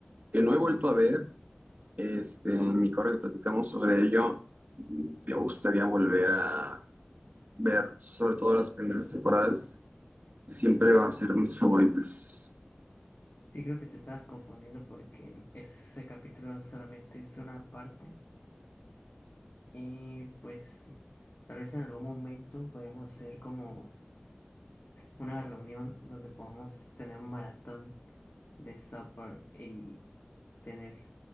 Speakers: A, on the right; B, on the left.
A: que no he vuelto a ver. Este, en mi correo que platicamos sobre ello, me gustaría volver a ver sobre todo las primeras temporadas. Siempre va a ser mis favoritas.
B: Sí, creo que te estabas confundiendo porque el- ese capítulo solamente es una parte y pues tal vez en algún momento podríamos hacer como una reunión donde podamos tener un maratón de supper y tener